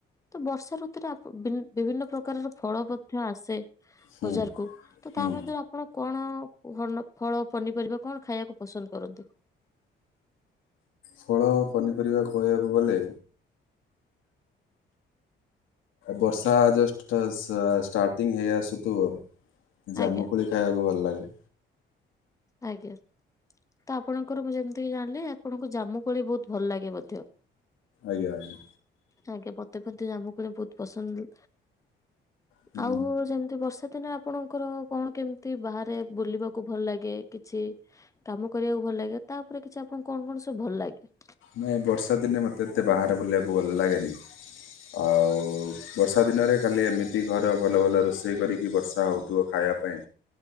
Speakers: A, on the left; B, on the left.
A: ତ ବର୍ଷା ଋତୁରେ ବିଭିନ୍ନ ପ୍ରକାରର ଫଳ ମଧ୍ୟ ଆସେ
B: ହୁଁ
A: ବଜାର କୁ ତ ତା
B: ହୁଁ
A: ମଧ୍ୟରୁ ଆପଣ କଣ ଭଲ ଫଳ ପନିପରିବା କଣ ଖାଇବାକୁ ପସନ୍ଦ କରନ୍ତି?
B: ଫଳ ପନିପରିବା କହିବାକୁ ଗଲେ ବର୍ଷା ଜଷ୍ଟ ଷ୍ଟାର୍ଟିଂ ହେଇ ଆସୁ ତୁ ଜାମୁକୋଳି
A: ଆଜ୍ଞା
B: ଖାଇବାକୁ ଭଲ ଲାଗେ।
A: ଆଜ୍ଞା। ତ ଆପଣଙ୍କର ମୁଁ ଯେମିତିକି ଜାଣିଲି ଆପଣଙ୍କୁ ଜାମୁକୋଳି ବହୁତ ଭଲ ଲାଗେ ବୋଧେ?
B: ଆଜ୍ଞା ଆଜ୍ଞା।
A: ଆଜ୍ଞା ମତେ ମଧ୍ଯ ଜାମୁକୋଳି ବହୁତ ପସନ୍ଦ
B: ହୁଁ
A: ଆଉ ଯେମିତି ବର୍ଷାଦିନେ ଆପଣଙ୍କର କଣ କେମିତି ବାହାରେ ବୁଲିବାକୁ ଭଲ ଲାଗେ କି? କିଛି କାମ କରିବାକୁ ଭଲ ଲାଗେ ତା ଉପରେ କିଛି ଆପଣଙ୍କୁ କଣ କଣ ସବୁ ଭଲ ଲାଗେ?
B: ନାଇଁ ବର୍ଷା ଦିନେ ମୋତେ ଏତେ ବାହାରେ ବୁଲିବାକୁ ଭଲ ଲାଗେନି। ଆଉ ବର୍ଷା ଦିନରେ ଖାଲି ଏମିତି ଘର ଭଲଭଲ ରୋଷେଇ କରିକି ବର୍ଷା ହଉଥିବ ଖାଇ ଖାଇବା ପାଇଁ।